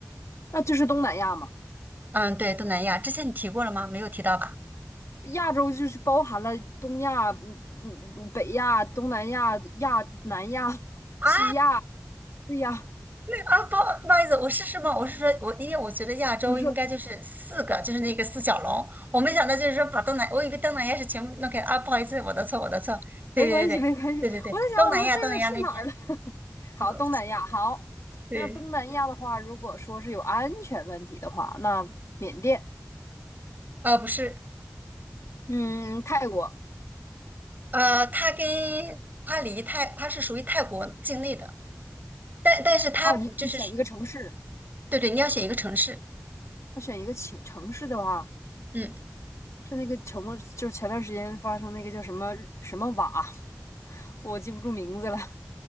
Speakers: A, on the left; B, on the right.
A: 那就是东南亚嘛。
B: 嗯，对，东南亚之前你提过了吗？没有提到吧？
A: 亚洲就是包含了东亚、嗯嗯嗯北亚、东南亚、亚南亚、
B: 啊
A: 西亚，对呀，
B: 啊，不好不好意思，我是什么？我是说我因为我觉得亚洲应该就是四个，
A: 你说
B: 就是那个四小龙，我没想到就是说把东南，我以为东南亚是全部弄开。啊，不好意思，我的错，我的错，对对对对对对对，
A: 没关系没关系，我在想我说这个去哪儿了？
B: 东南亚东南亚那边。
A: <laughs> 好，
B: <laughs>
A: 东南亚好，
B: 对，
A: 那东南亚的话，如果说是有安全问题的话，那缅甸，
B: 啊、不是，
A: 嗯，泰国，
B: 呃，它跟它离泰，它是属于泰国境内的，但但是它就是
A: 哦，你你选一个城市，
B: 对对，你要选一个城市，
A: 我选一个城城市的话。
B: 嗯，
A: 是那个城，就是前段时间发生那个叫什么什么瓦，<laughs> 我记不住名字了。<laughs>